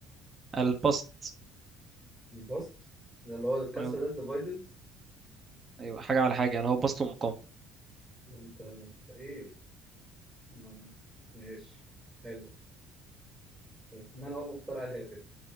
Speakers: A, on the right; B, in the centre.
A: البسط
B: البسط ده اللي هو الكسر
A: ايوه
B: ده الديفايدد
A: أيوة، حاجة على حاجة يعني هو بسط ومقام
B: أنت أنت إيه؟ ما- ماشي حلو طيب، من هو مخترع الهاتف؟